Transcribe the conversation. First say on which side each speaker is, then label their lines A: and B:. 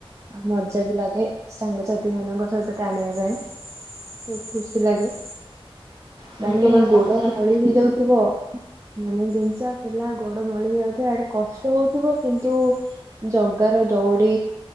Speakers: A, on the right; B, on the right.
A: ଆଉ ମଜା ବି ଲାଗେ ସାଙ୍ଗସାଥି ମାନଙ୍କ ସହିତ ଟାଣିବା ପାଇଁ। ବହୁତ ଖୁସି ଲାଗେ।
B: ତମେ
A: ମାନେ
B: କେବଳ
A: ଗୋଡ
B: ସାଙ୍ଗସାଥି
A: ଫଳି ହେଇଯାଉଥିବ। ମାନେ ଡେଞ୍ଚା ପଲା ଗୋଡ ମଳି ହେଇ ଯାଉଥିବ ଇଆଡେ କଷ୍ଟ ହଉଥିବ କିନ୍ତୁ। ଜଗାର ଦଉଡି